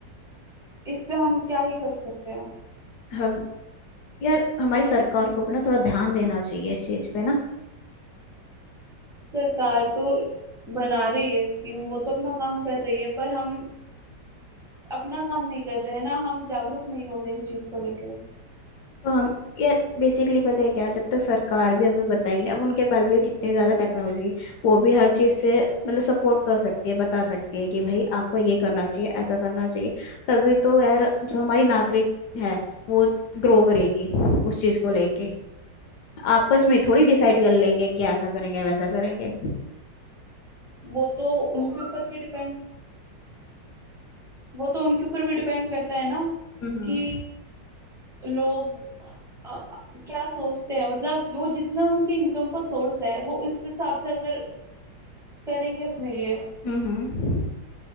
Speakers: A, in the centre; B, on the left.
A: इस पे हम क्या ही कर सकते हैं
B: हम यार हमारी सरकार को भी ना थोड़ा ध्यान देना चाहिए इस चीज पे ना
A: सरकार तो बना रही है स्कीम वो तो अपना काम कर रही है पर हम अपना काम नहीं कर रहे हैं ना हम जागरूक नहीं हो रहे इस चीज को लेके
B: तो हम यार बेसिकली पता है क्या जब तक सरकार भी हमें बताएगी ना अब उनके पास भी कितनी ज्यादा टेक्नोलॉजी है वो भी हर चीज से मतलब सपोर्ट कर सकती है बता सकती है कि भाई आपको ये करना चाहिए ऐसा करना चाहिए तभी तो यार जो हमारी नागरिक है वो ग्रो करेगी उस चीज को लेके आपस में थोड़ी डिसाइड कर लेंगे कि ऐसा करेंगे वैसा करेंगे
A: वो तो उनके ऊपर भी डिपेंड वो तो उनके ऊपर भी डिपेंड करता है ना
B: हम्म
A: कि लोग अ, क्या सोचते हैं मतलब वो जितना उनके इनकम का सोर्स है वो उस हिसाब से अगर करेंगे अपने लिए
B: हम्म